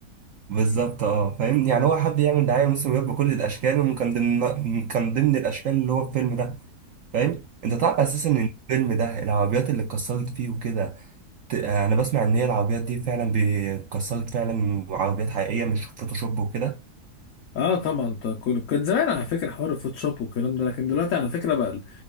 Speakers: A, on the right; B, on the left.
A: بالظبط اه فاهم يعني هو حب يعمل دعايه لموسم الرياض بكل الاشكال وكان ضمن كان ضمن الاشكال اللي هو الفيلم ده فاهم انت تعرف اساسا ان الفيلم ده العربيات اللي اتكسرت فيه وكده ت- انا بسمع ان هي العربيات دي فعلا بي- اتكسرت فعلا وعربيات حقيقيه مش فوتوشوب وكده
B: اه طبعا ط- كل- كان زمان على فكره حوار الفوتوشوب والكلام ده لكن دلوقتي على فكره بقى